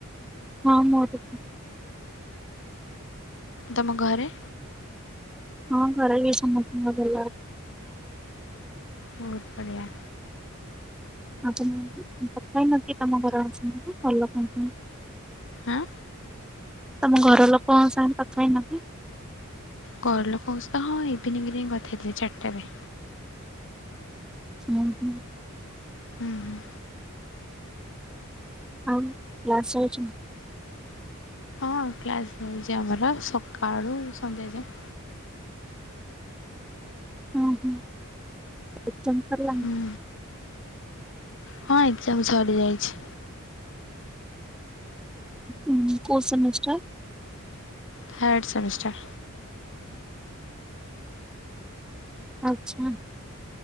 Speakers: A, in the centre; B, on the left.
A: ହଁ ମୋର ବି।
B: ତମ ଘରେ?
A: ହଁ ଘରେ ଏଇ ସମସ୍ତଙ୍କ ଭଲ ଅଛି।
B: ବହୁତ ବଢ଼ିଆ।
A: । <unintelligible>
B: ଆଁ
A: ତମ ଘର ଲୋକଙ୍କ ସାଙ୍ଗରେ କଥା ହେଇନ କି?
B: ଘ ଲୋକଙ୍କ ସ ତ ହଁ ଇଭିନିଂରେ ହିଁ କଥାଥିଲି ଚାରିଟାରେ।
A: <inaudible>
B: ହୁଁ ହୁଁ
A: ଆଉ କ୍ଳାସ୍ ଯାଉଛ?
B: ହଁ କ୍ଲାସ୍ ହଉଛି ଆମର ସକାଳୁ ସନ୍ଧ୍ୟାଯାଏ।
A: ହଁ ହଁ। ଏକଜାମ ସରିଲାଣି?
B: ହୁଁ ହଁ ଏକ୍ଜାମ ସରିଯାଇଛି।
A: ହ କୋଉ ସେମିଷ୍ଟାର?
B: Third semester.
A: ଆଛା